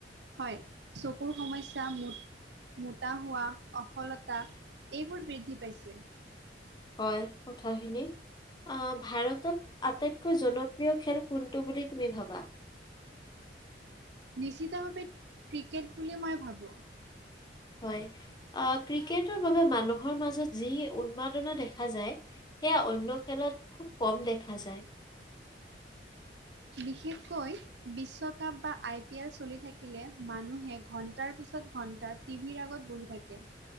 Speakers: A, on the right; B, on the left.
A: হয়, চকুৰ সমস্যা মোট মোটা হোৱা অখলতা এইবোৰ বৃদ্ধি পাইছে।
B: হয়, কথাখিনি। অ', ভাৰতত আটাইতকৈ জনপ্ৰিয় খেল কোনটো বুলি তুমি ভাবা?
A: নিশ্চিতভাৱে ক্ৰিকেট বুলি মই ভাবোঁ।
B: হয়, আহ ক্ৰিকেটৰ বাবে মানুহৰ মাজত যি উন্মাদনা দেখা যায়। সেয়া অন্য খেলত খুব কম দেখা যায়।
A: বিশেষকৈ বিশ্বকাপ বা আই পি এল চলি থাকিলে মানুহে ঘণ্টাৰ পিছত ঘন্টাত টিভিৰ আগত বহি থাকে।